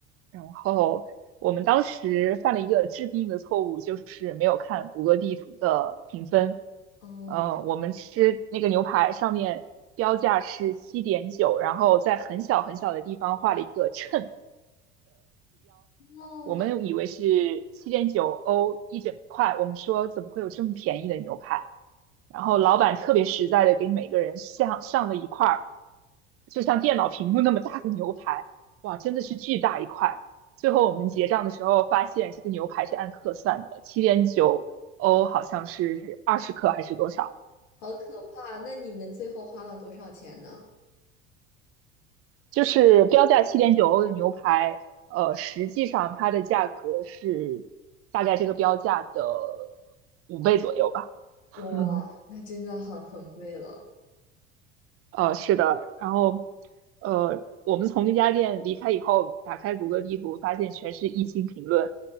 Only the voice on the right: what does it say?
然后我们当时犯了一个致命的错误，就是没有看谷歌地图的评分。
呃，我们吃那个牛排上面标价是七点九，然后在很小很小的地方画了一个秤，
我们以为是七点九欧一整块，我们说怎么会有这么便宜的牛排？然后老板特别实在的给每个人上上了一块儿，就像电脑屏幕那么大的牛排，哇，真的是巨大一块。最后我们结账的时候发现，这个牛排是按克算的，七点九欧好像是二十克还是多少，
就是标价七点九欧的牛排，呃，实际上它的价格是大概这个标价的五倍左右吧。<laughs>
呃，是的，然后，呃，我们从那家店离开以后，打开谷歌地图，发现全是一星评论，